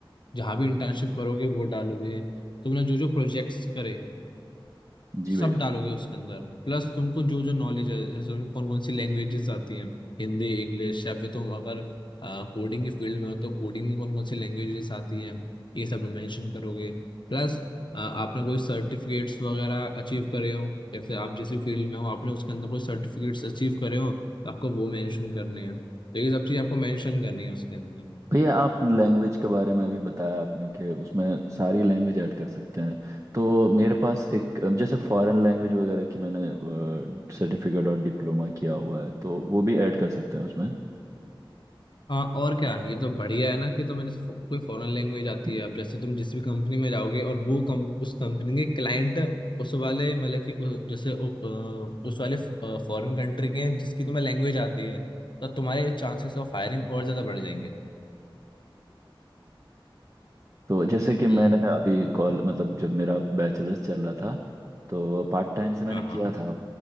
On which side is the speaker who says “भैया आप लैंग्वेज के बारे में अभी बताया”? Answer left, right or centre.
Right